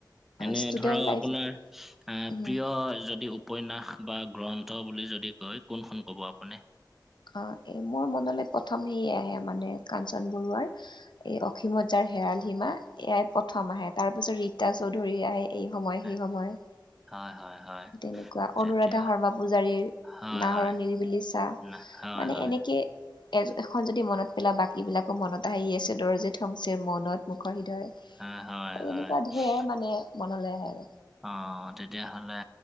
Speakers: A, in the centre; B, on the left.
A: এনে
B: ষ্টুডেন্ট
A: ধৰক
B: লাইফ
A: আপোনাৰ আহ
B: উম
A: প্ৰিয় যদি উপন্যাস বা গ্ৰন্থ বুলি যদি কয় কোনখন ক'ব আপুনি?
B: অ এই মোৰ মনলৈ প্ৰথম সেয়ে আহে মানে কাঞ্চন বৰুৱাৰ এই অসীমত যাৰ হেৰাল সীমা এয়াই প্ৰথম আহে। তাৰ পিছত ৰীতা চৌধুৰী আহে। এই সময়
A: হয়,
B: সেই সময়।
A: হয়, হয়, হয়।
B: তেনেকুৱা।
A: তেতিয়া
B: অনুৰাধা শৰ্মা পূজাৰীৰ,
A: হয়,
B: নাহৰৰ
A: হয়,
B: নিৰিবিলি চাহ।
A: না হয়,
B: মানে
A: হয়,
B: এনেকে এজ এখন যদি মনত পেলাই বাকীবিলাকো মনত আহি আছে দৰজিত থংচে মনত। মুখৰ হৃদয়
A: হয়, হয়,
B: তেনেকুৱা
A: হয়।
B: ঢেৰ মানে মনলে আহে আৰু।
A: অ তেতিয়াহ'লে